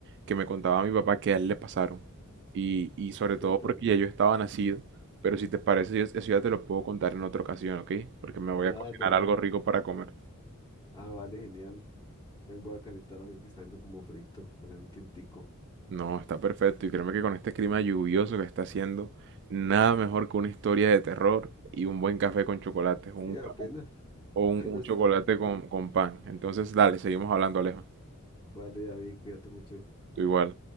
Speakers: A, on the right; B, on the left.
A: que me contaba mi papá que a él le pasaron. Y, y sobre todo
B: cuéntame.
A: porque ya yo estaba nacido, pero si te parece, yo- eso ya te lo puedo contar en otra ocasión, ¿ok? Porque me voy
B: Ah,
A: a cocinar
B: dale.
A: algo rico para comer.
B: Ah, vale, genial. También voy a calentar algo que está viendo como frito, hacer un tintico.
A: No, está perfecto. Y créeme que con este clima lluvioso que está haciendo, nada mejor que una historia de terror y un buen café con chocolate, un,
B: Sí, apenas. <laughs>
A: o un,
B: Ahí
A: un
B: nos
A: chocolate
B: trae. Bueno,
A: con, con pan. Entonces, dale, seguimos hablando, Alejo.
B: vale, David, cuídate mucho.
A: Tú igual.